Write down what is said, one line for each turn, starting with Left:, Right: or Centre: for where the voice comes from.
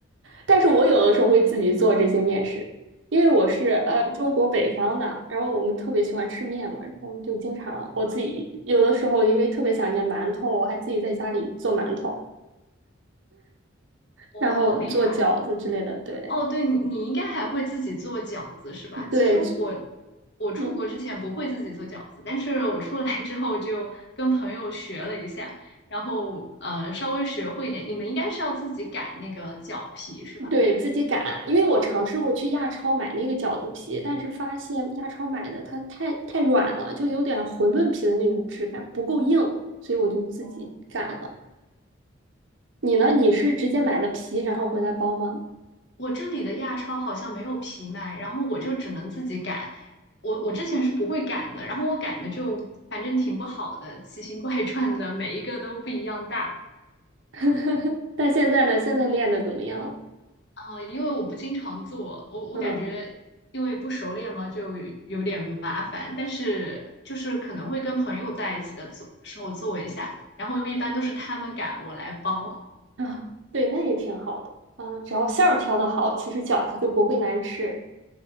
Right: 但是我有的时候会自己做这些面食，因为我是呃中国北方的，
Left: 哦，
Right: 然后我们特别喜欢吃面嘛，然后我们就经常我自己有的时候因为特别想念馒头，我还自己在家里做馒头，
Left: 我好厉害。
Right: 然后做饺子之类的。对
Left: 哦，对你，你应该还会自己做饺子是吧？其实我
Right: 对，
Left: 我出国之前不会自己做饺子，
Right: 嗯。
Left: 但是我出来之后就跟朋友学了一下，然后呃稍微学会一点。你们应该是要自己擀那个饺皮是吧？
Right: 对，自己擀，因为我尝试过去亚超买那个饺子皮，但是发现亚超买的它太太软了，就有点馄饨皮的那种质感，不够硬，所以我就自己擀了。
Left: 哦
Right: 你呢？你是直接买了皮然后回来包吗？
Left: 我这里的亚超好像没有皮卖，然后我就只能自己擀。我我之前是不会擀的，然后我擀的就反正挺不好的，奇形怪状的，每一个都不一样大。
Right: <laughs> 但现在呢？现在练的怎么样了？
Left: 呃，因为我不经常做，我我感觉因为不熟练嘛，
Right: 嗯
Left: 就有点麻烦。但是就是可能会跟朋友在一起的做时候做一下，然后一般都是他们擀，我来包。
Right: 啊，对，那也挺好的啊，只要馅儿调的好，其实饺子就不会难吃。